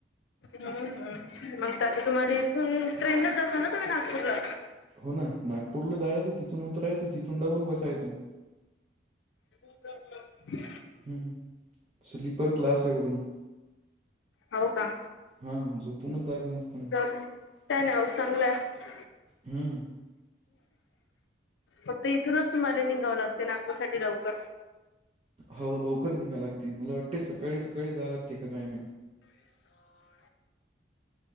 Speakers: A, on the left (about 75°); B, on the right (about 35°).
A: हम्म मग आता तुम्हाला इथून ट्रेनच जा ना तुम्ही नागपूरला
B: हो ना नागपूरला जायचं तिथून उतरायचं तिथून डबल बसायचं
A: ह
B: हम्म स्लीपर क्लास आहे वरुण
A: हो का
B: हा झोपूनच जायचं मस्तना
A: जाऊ दे काय नाही होत चांगलं आहे.
B: हम्म
A: फक्त इथूनच तुम्हाला निघावं लागत नागपूर साठी लवकर
B: हो लवकर निघा लागते मला वाटते सकाळी सकाळी जा लागते कायमे